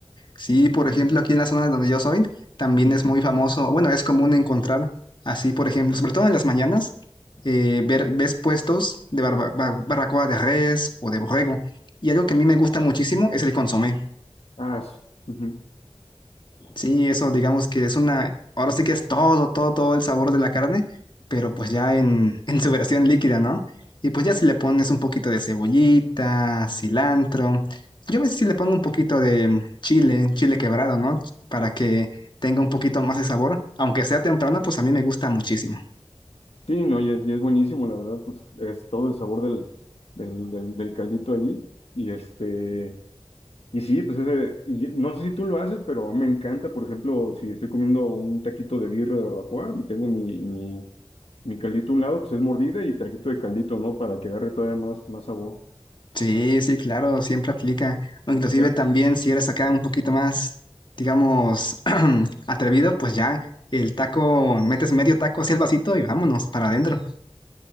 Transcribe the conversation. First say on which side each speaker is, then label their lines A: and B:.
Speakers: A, on the left; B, on the left.
A: Sí, por ejemplo, aquí en la zona donde yo soy, también
B: Ujú.
A: es muy famoso, bueno, es común encontrar así, por ejemplo, sobre todo en las mañanas, eh, ver, ves puestos de barba- bar- barbacoa de res o de borrego. Y algo que a mí me gusta muchísimo es el consomé.
B: Ah, sí. Ujú.
A: Sí, eso digamos que es una, ahora sí que es todo, todo, todo el sabor de la carne, pero pues ya en, <laughs> en su versión líquida, ¿no? Y pues ya si le pones un poquito de cebollita, cilantro, yo a veces sí le pongo un poquito de chile, chile quebrado, ¿no? Para que tenga un poquito más de sabor, aunque sea temprano, pues a mí me gusta muchísimo.
B: Sí, no, y es, y es buenísimo, la verdad, pues es todo el sabor del, del, del, del caldito allí. Y este, Y sí, pues ese, y ye- no sé si tú lo haces, pero me encanta, por ejemplo, si estoy comiendo un taquito de birra de barbacoa y tengo mi, mi, mi caldito a un lado, pues es mordida y taquito de caldito, ¿no? Para que agarre todavía más, más sabor.
A: Sí, sí, claro, siempre aplica. O inclusive
B: <laughs>
A: también si eres acá un poquito más, digamos, <clears throat> atrevido, pues ya el taco, metes medio taco hacia el vasito y vámonos para adentro.